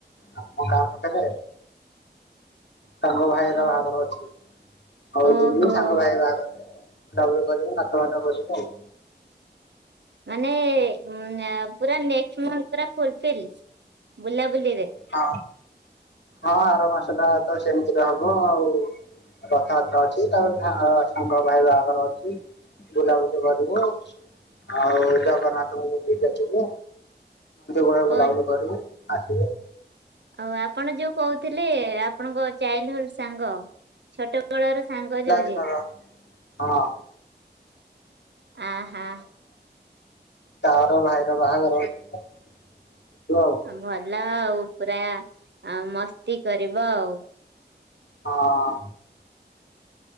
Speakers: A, on the left; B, on the right.
A: ଆଉ ମୋ ଗାଁ ଖଟକେ ସାଙ୍ଗ ଭାଇର
B: ଓ
A: ବାହାଘର ଅଛି ହଉ
B: ଓହୋ
A: ଯିବୁ ସାଙ୍ଗ ଭାଇ ବାହାଘରରେ। ବୁଲାବୁଲି କରିବୁ ନାଛ ବାାତ କରିବୁ ଆଉ।
B: ଆମେ ନେଟ ମନ୍ଥ ଟା ଫୁଲ ଫାଇଲ୍ ବୁଲା ବୁଲିରେ
A: ହଁ ହଁ ଆର ମାସଟା ତ ସେମିତିରେ ହବ ଆଉ। ରଥଯାତ୍ରା ଅଛି ତାପ ସାଙ୍ଗ ଭାଇ ବାହାଘର ଅଛି ବୁଲାବୁଲି କର। ଆଉ ଜଗନ୍ନାଥଙ୍କୁ ପାଖକୁ ଯିବୁ। ବୁଲା
B: ଓ
A: ବୁଲି କରିବୁ ଆସିବୁ।
B: ଆଉ ଆପଣ ଯୋଉ କହୁଥିଲେ ଆପଣଙ୍କ ଚାଇଲଡହୁଡ ସାଙ୍ଗ ଛୋଟ ଛୋଟ ବେଳର ସାଙ୍ଗ ଯୋଉ
A: ଦିନର
B: ଯିଏ
A: ହଁ।
B: ହଁ ହଁ
A: ତାର ଭାଇର ବାହାଘର ଅଛୁ ଆଉ
B: ଭଲ ଆଉ ପୁରା ମସ୍ତି କରିବ ଆଉ।
A: ହଁ।